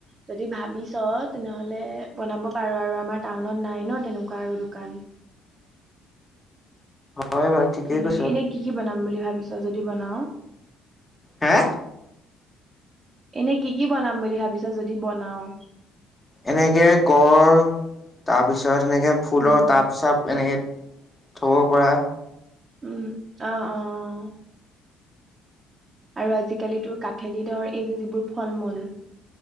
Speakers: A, on the right; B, on the left.
A: যদি ভাবিছ তেনেহ'লে বনাব পাৰো আৰু আমাৰ টাউনত নাই ন তেনেকুৱা আৰু দোকান।
B: হয় বাৰু কৈছোঁ।
A: তেনেকে এনে কি কি বনাম‌ বুলি ভাবিছ যদি বনাওঁ?
B: হে?
A: এনে কি কি বনাম বুলি ভাবিছা যদি বনাওঁ?
B: এনেকে গড় তাৰপিছত এনেকে ফুলৰ
A: উম
B: তাপ চাপ এনেকে - থ'ব পৰা।
A: উম অঁ অঁ। আৰু আজিকালি তোৰ কাঠেদি ধৰ এই যে যিবোৰ ফল মূল -